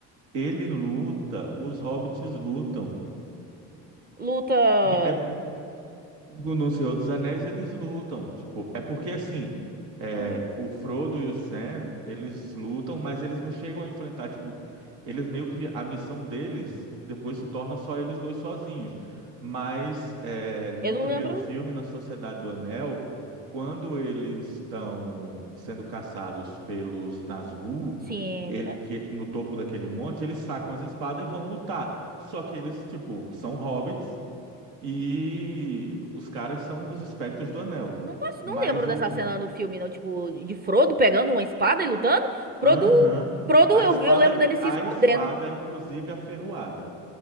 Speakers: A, on the right; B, on the right.
A: Ele luta, os hobbits lutam.
B: Luta.
A: É, No no Senhor dos Anéis eles lutam, tipo, é porque assim, é,
B: Hum,
A: o Frodo e o Sam, eles lutam, mas eles não chegam a enfrentar, tipo, eles meio que a missão deles depois se torna só eles dois sozinhos. Mas é, no
B: eu não
A: primeiro
B: lembro.
A: filme, na Sociedade do Anel, quando eles estão sendo caçados pelos Nazgûl,
B: Sim.
A: ele-
B: é,
A: que, no topo daquele monte, eles sacam as espadas e vão lutar. Só que eles, tipo, são hobbits e os caras são os espectros do anel.
B: Não posso,
A: Mas
B: não lembro
A: o,
B: dessa
A: o-
B: cena no filme, não. Tipo, de Frodo pegando uma espada e lutando. Frodo.
A: Aham.
B: Frodo,
A: A
B: eu,
A: espada,
B: eu lembro dele se
A: a
B: escondendo.
A: espada, inclusive aferroada,